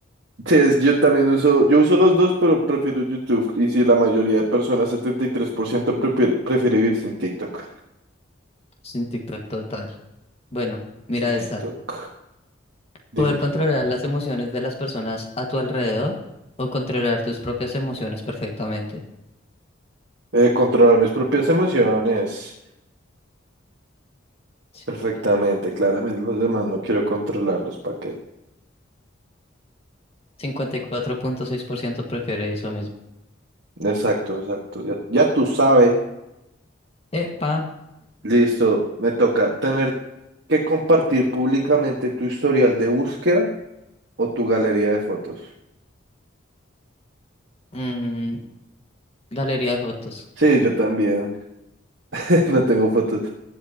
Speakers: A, on the right; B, on the left.
A: Sí, es- yo también uso, yo uso los dos, pero prefiero YouTube. Y si la mayoría de personas, 73%, prefiere, prefiere vivir sin TikTok.
B: Sin TikTok total. Bueno, mira
A: Sin TikTok.
B: esta.
A: Dime.
B: Poder controlar las emociones de las personas a tu alrededor o controlar tus propias emociones perfectamente.
A: Eh, controlar mis propias emociones.
B: Sí,
A: Perfectamente,
B: obvio.
A: claramente. Los demás no quiero controlarlos. ¿Para qué?
B: 54.6% prefiere eso mismo.
A: Exacto, exacto. Ya, ya tú sabes.
B: Epa,
A: Listo. Me toca tener que compartir públicamente tu historial de búsqueda o tu galería de fotos.
B: mm, galería de fotos.
A: Sí, yo también. <laughs> No tengo fotos.